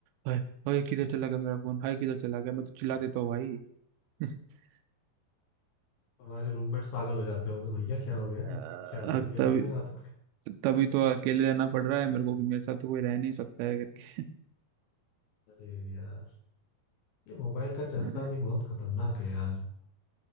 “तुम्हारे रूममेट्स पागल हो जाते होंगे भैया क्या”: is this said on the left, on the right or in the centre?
Left